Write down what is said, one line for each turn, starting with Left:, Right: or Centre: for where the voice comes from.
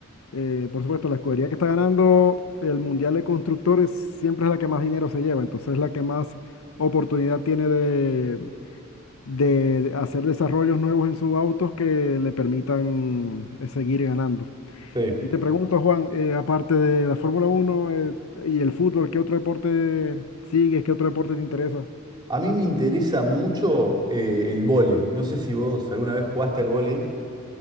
Left: Eh, por supuesto, la escudería que está ganando el Mundial de Constructores siempre es la que más dinero se lleva, entonces es la que más oportunidad tiene de, de hacer desarrollos nuevos en sus autos que le permitan eh, seguir ganando.
Right: sí.
Left: Y te pregunto, Juan, eh, aparte de la Fórmula Uno eh, y el fútbol, ¿qué otro deporte sigues? ¿Qué otro deporte te interesa?
Right: A mí me interesa mucho eh, el vóley. No sé si vos alguna vez jugaste al vóley.